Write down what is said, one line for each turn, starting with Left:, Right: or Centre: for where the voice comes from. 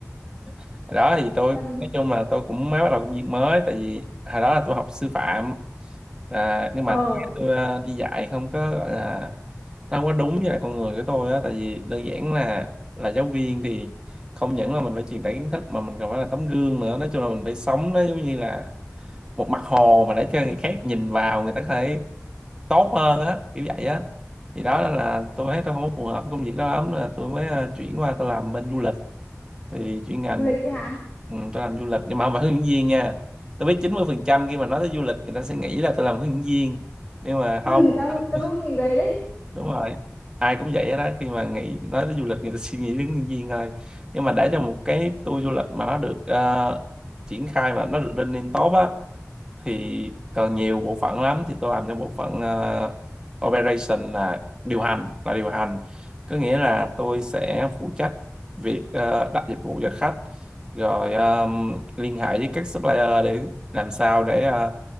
Right: <laughs> đó thì tôi
Left: còn
Right: nói chung là tôi cũng mới bắt đầu công việc mới tại vì hồi đó là tôi học sư phạm à, nhưng
Left: Ờ,
Right: mà tôi ờ, đi dạy không có gọi là nó không có đúng với lại con người của tôi á tại vì đơn giản là là giáo viên thì không những là mình phải truyền tải kiến thức mà mình còn phải là tấm gương nữa nói chung là mình phải sống nó giống như là một mặt hồ mà để cho người khác nhìn vào người ta có thể tốt hơn á kiểu vậy á thì đó là tôi thấy tôi không có phù hợp với công việc đó lắm là tôi mới ờ, chuyển qua tôi làm bên du lịch thì chuyên ngành
Left: du lịch ấy hả?
Right: ừ, tôi làm du lịch nhưng mà không phải hướng dẫn viên nha tôi biết 90 phần trăm khi mà nói tới du lịch người ta sẽ nghĩ là tôi làm hướng dẫn viên nhưng mà
Left: Ừ,
Right: không
Left: tao
Right: <laughs>
Left: tao cũng nghĩ về đấy.
Right: đúng rồi ai cũng vậy hết đó khi mà nghĩ nói tới du lịch người ta suy nghĩ đến hướng dẫn viên thôi nhưng mà để cho một cái tour du lịch mà nó được ờ, triển khai mà nó được lên lên tốt á thì còn nhiều bộ phận lắm thì tôi làm cho bộ phận ờ, operation là điều hành là điều hành có nghĩa là tôi sẽ phụ trách việc ờ, đặt dịch vụ cho khách rồi um, liên hệ với các supplier để làm sao để ờ,